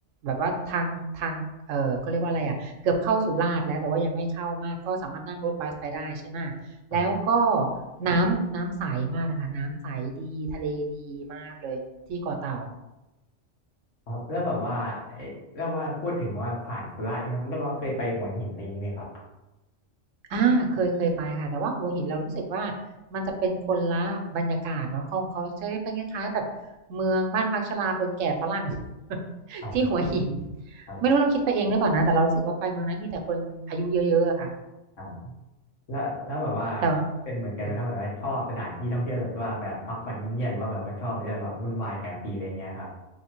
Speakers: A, on the right; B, on the left.
A: แบบว่าทางทางเออเขาเรียกว่าอะไรอะเกือบเข้าสุราษฎร์แล้วแต่ว่ายังไม่เข้ามากก็สามารถนั่งรถบัสไปได้ใช่ไหม
B: ครับ
A: แล้วก็น้ำน้ำใสมากเลยค่ะน้ำใสดีทะเลดีมากเลยที่เกาะเต่า
B: ครับแล้วแบบว่าเอ้แล้วว่าพูดถึงว่าผ่านสุราษฎร์ใช่ไหมครับแล้วว่าเคยไปหัวหินอะไรอย่างนี้ไหมครับ
A: อาเคยเคยไปค่ะแต่ว่าหัวหินเรารู้สึกว่ามันจะเป็นคนละบรรยากาศเนาะของเขาจะเป็นคล้ายๆแบบเมืองบ้านพักชราคนแก่ฝรั่ง <laughs>
B: ครับ
A: ที่หัวหิน
B: คร
A: ไม่รู้เราคิดไปเองหรือเปล่านะแต่เรารู้สึกว่าไปเมืองนั้นมีแต่คนอายุเยอะๆอะค่ะ
B: ับ แล้วแล้วแบบว่า
A: แต่ว่า
B: เป็นเหมือนกันไหมครับแบบว่าชอบสถานที่ท่องเที่ยวแบบว่าแบบพักผ่อนเงียบๆหรือว่าแบบว่าชอบแบบวุ่นวายแสงสีอะไรเงี้ยครับ
A: ค่ะ